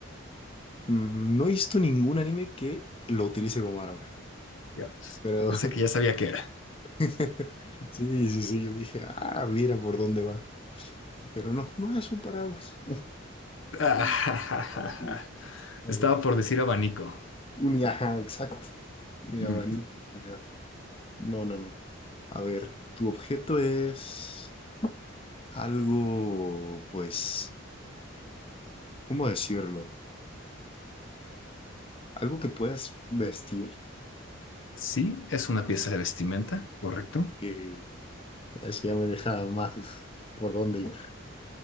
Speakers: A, on the left (about 30°); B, on the left (about 70°).
A: No he visto ningún anime que lo utilice como arma.
B: Diablos.
A: Pero
B: Pensé que ya sabía qué era.
A: <laughs> sí, sí, sí, yo dije, ah, mira por dónde va. Pero no, no es un paraguas.
B: <laughs>
A: Mm, sí. A
B: Estaba
A: ver,
B: por decir abanico.
A: Ni ajá, exacto. Ni
B: Ujú.
A: abanico. nada. No, no, no. A ver, tu objeto es algo, pues, ¿cómo decirlo? Algo que puedas vestir
B: Sí, es una pieza de vestimenta, correcto.
A: que eso ya me deja más por dónde ir.